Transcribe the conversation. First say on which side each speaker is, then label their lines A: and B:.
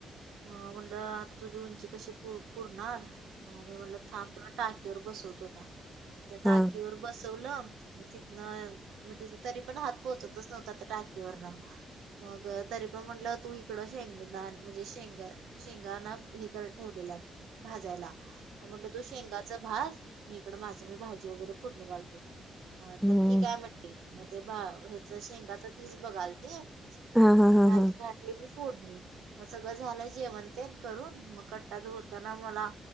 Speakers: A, on the right (about 85°); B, in the centre.
A: अ म्हणलं आता तुझी उंची कशी पुरणार मी म्हटलं थांब- टाकीवर बसवतो त्या, त्या
B: हं
A: टाकीवर
B: हं हं
A: बसवलं- तिथनं म, तथ तरी पण हात पोहोचतच नव्हत आता टाकीेवरन- मग तरी पण म्हटलं तू इकडं शेंगदान म्हणजे, शेंग शेंगाणा हे करत ठेवले- भाजायला- म्हटलो, शेंगाच भाज, मी इकड माझं मी भाजी वगैरे फोडनी घालतो. हा,
B: हं
A: तर ठीक आहे म्हंटली, मग ते ह्याच शेंगाच तीच बघालती-
B: हं
A: आणि
B: हं हं
A: भाजी
B: हं
A: घातली मी फोडणी, मग सगळं झालं जेवण तेन- करून मग कट्टा धुताना मला